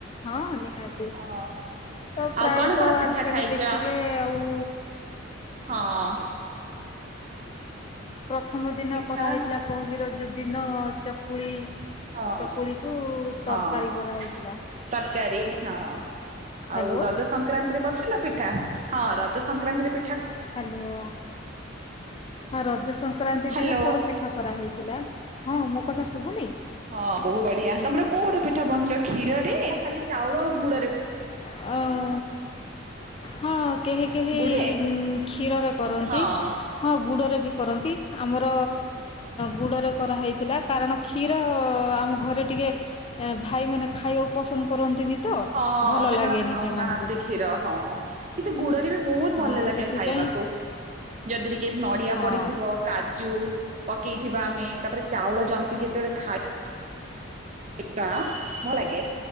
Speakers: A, on the left (about 30°); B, on the right (about 40°).
A: ହଁ ନିହାତି,
B: ହଁ
A: ତ
B: ଆଉ
A: ପ୍ରାୟତଃ
B: କଣ କଣ ପିଠା
A: ଆଜିକାଲି
B: ଖାଇଛ
A: ଦେଖିବେ ଆଉ
B: ହଁ।
A: ପ୍ରଥମ ଦିନ
B: ପିଠା
A: କରାହୋଇଥିଲା ପହିଲି ରଜ ଦିନ ଚକୁଳି,
B: ହଁ
A: ଚକୁଳି କୁ
B: ହଁ
A: ତରକାରୀ କରାହେଇଥିଲା।
B: ତରକାରୀ ହଁ, ଆଉ
A: ହ୍ୟାଲୋ
B: ରଜ ସଂ ସଂକ୍ରାନ୍ତିରେ କରିଥିଲ ପିଠା ହଁ ରଜ ସଂକ୍ରାନ୍ତିରେ ପି
A: ହ୍ୟାଲୋ ହଁ ରଜ ସଂକ୍ରାନ୍ତି
B: ହ୍ୟାଲୋ
A: ଦିନ ପୋଡ ପିଠା କରାହେଇଥିଲା। ହଁ ମୋ କଥା ଶୁଭୁନି?
B: ହଁ ବହୁତ ବଢିଆ, ତମର କୋଉ ପୋଡ ପିଠା ବନିଛ କ୍ଷୀରରେ ନା ଖାଲି ଚାଉଳ ଆଉ ଗୁଡ ରେ?
A: ହଁ ହଁ କେହି କେହି
B: ଗୁଡରେ
A: କ୍ଷୀରରେ କରନ୍ତି।
B: ହଁ
A: ହଁ ଗୁଡ଼ରେ ବି କରନ୍ତି ଆମର ଗୁଡ଼ରେ କରାହୋଇଥିଲା। କାରଣ କ୍ଷୀର ଆମ ଘରେ ଟିକଏ ଭାଇମାନେ ଖାଇବାକୁ ପସନ୍ଦ କରନ୍ତିନି ତ।
B: ହଁ।
A: ଭଲ
B: ହଁ କେତ
A: ଲାଗେନି
B: ଜଣ ଖାଉନାହାନ୍ତି
A: ସେମାନଙ୍କୁ।
B: କ୍ଷୀର ହଁ କିନ୍ତୁ ଗୁଡରେ ବି ବହୁତ ଭଲ
A: ହଁ
B: ଲାଗେ
A: ସେଥିପାଇଁ
B: ଖାଇବାକୁ। ଯଦି ଟିକ ନଡିଆ
A: ହଁ
B: ପଡିଥିବ କାଜୁ। ପକେଇଥିବା ଆମେ ତାପରେ ଚାଉଳ ଜନ୍ତିକି ଯେତେବେଳେ ଖାଇ। ଭଲ ଲାଗେ